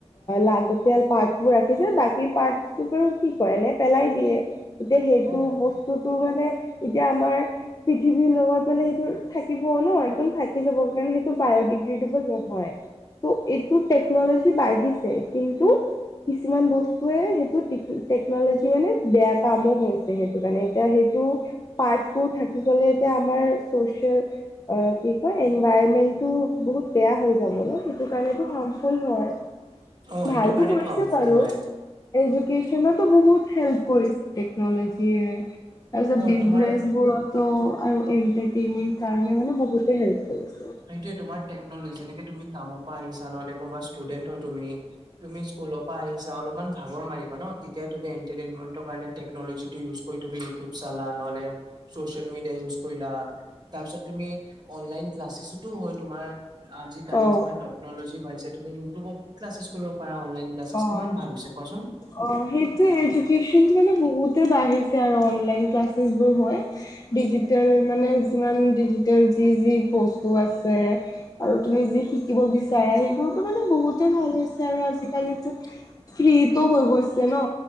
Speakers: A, on the left; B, on the right.
A: লাগতিয়াল পাৰ্টবোৰ ৰাখিছে বাকী- পাৰ্ট কি কয় নে পেলাই দিয়ে এতিয়া সেইটো
B: অ
A: বস্তুটো মানে এতিয়া আমাৰ- পৃথিৱীৰ লগত মানে সেইটো থাকিব ন একদম থাকি যাব কাৰণে সেইটো বায়টিক ইলিজিবুল নহয় এইটো টেক টেকনলজি বাঢ়িছে কিন্তু কিছুমান বস্তুৱে সেই টেকনলজি মানে বেয়া কামো হৈছে সেইটো কাৰণে এতিয়া সেইটো পাৰ্টবোৰ থাকি গলে এতিয়া আমাৰ চচিয়েল কি কয় এনভাইৰমেন্ট- বহুত বেয়া হৈ যাবলৈ সেইটো কাৰণটো হাৰ্মফুল হয়।
B: অ সেইটো
A: ভালতো
B: কাৰণেতো
A: কৰিছে
B: হাৰ্মফুল
A: বাৰু।
B: হয়
A: এডুকেশ্যনতো বহুত হেল্প কৰিছে টেকনলজিয়ছ।
B: অ তোমাৰ
A: আৰু এন্টেমেন কাৰণ মানে বহুতে। কৰিছে।
B: সেইয়েোমাৰ টেকনলজি যেনেকে তুমি কামৰ পৰা আহিছা নহলে কোনোবা ষ্টুডেন্ট হয় তুমি। তুমি স্কুলৰ পৰা আহিছা অলপমান ভাগৰ মাৰিবা ন তেতিয়া তম এটাৰম কাৰ টেকনলজটো ইউজ কৰি তুমি ইউটিউব চালা নহলে চচিয়েল মিডিয়া ইউজ কৰিলা তাৰপিছত তুমি অনলাইন ক্লাছেছতো হয় তোমাৰ আজিকালি
A: অ
B: যিমান ত টেকনলজি ভালছে তুমি ইউটিউবত ক্লাছ কৰিব পাৰা অনলাইন ক্লাছেছ
A: অ
B: কিমান ভাল হৈছে কোৱাচোন।
A: অ সেইটোৱ এডিকেচন মানে বহুতে বাঢ়িছে আৰু অনলাইন ক্লাছেছবোৰ হয়। ডিজিটেল মানে যিমান ডিজিটেল যি যি বস্তু আছে <unintelligible> আৰু তুমি যি শিকিব বিচাৰা সেইবোৰ <unintelligible> মানে বহুতে ভাল হৈছে আৰু আজিকালিটো ফ্ৰীতো হৈ গৈ <unintelligible> <inaudible> ন